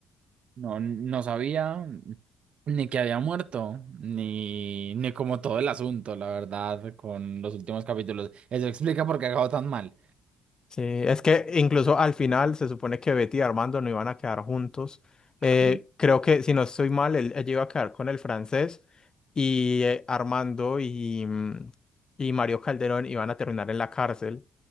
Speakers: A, on the right (about 55°); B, on the left (about 35°).
A: No, no sabía ni que había muerto, ni, ni como todo el asunto, la verdad, con los últimos capítulos. Eso explica por qué acabó tan mal.
B: Sí, es que incluso al final se supone que Betty y Armando no iban a quedar juntos. Eh,
A: Ay.
B: creo que, si no estoy mal, él, ella iba a quedar con el francés y eh, Armando y, mm, y Mario Calderón iban a terminar en la cárcel.